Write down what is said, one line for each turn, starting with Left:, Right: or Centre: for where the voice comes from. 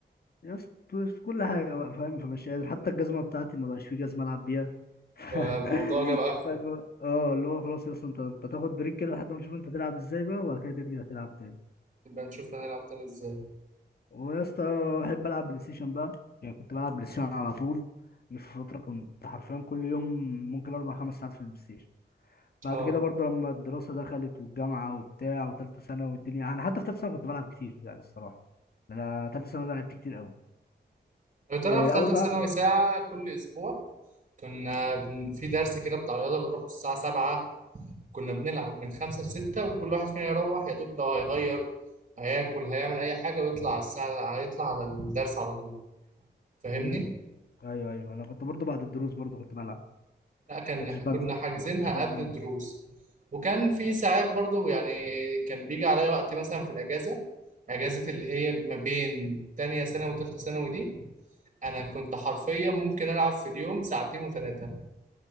Left: يا اسطى كل حاجه بقى فاهم فمش قادر حتى الجزمه بتاعتي ما بقاش في جزمه العب بيها <laughs>
Right: فالموضوع جاب اخره
Left: فالم- اه اللي هو خلاص يا اسطى انت انت تاخد بريك كده لحد ما تشوف انت تلعب ازاي بقى وبعد كده ترجع تلعب تاني
Right: نبقى نشوف هنلعب تاني ازاي
Left: ويا اسطى بحب العب بلاي ستيشن بقى يعني كنت بلعب بلاي ستيشن على طول جه في فتره كنت حرفيا كل يوم ممكن اربع خمس ساعات في البلاي ستيشن بعد
Right: اه
Left: كده برضه لما الدراسة دخلت والجامعة وبتاع وتالتة سنة والدنيا أنا حتى في تالتة سنة كنت بلعب كتير يعني الصراحة أنا تالتة سنة ده لعبت كتير أوي
Right: انا طالع
Left: إيه،
Right: في ثالثه
Left: أول بقى
Right: ثانوي ساعه كل اسبوع كنا بن- في درس كده بتاع رياضه بنروح الساعه 7 كنا بنلعب من 5 ل 6 وكل واحد فينا يروح يا دوب لو هيغير هياكل هيعمل اي حاجه ويطلع على الساعه هيطلع على الدرس على طول فاهمني
Left: امم أيوه أيوه أنا كنت برضه بعد الدروس برضه كنت بلعب
Right: لا كان
Left: ما كنتش
Right: احنا
Left: بنزل
Right: كنا حاجزينها
Left: ما كنتش بنزل
Right: قبل الدروس وكان في ساعات برضو يعني كان بيجي عليا وقت مثلا في الاجازه اجازه اللي هي ما بين تانية ثانوي وتالتة ثانوي دي انا كنت حرفيا ممكن العب في اليوم ساعتين وثلاثه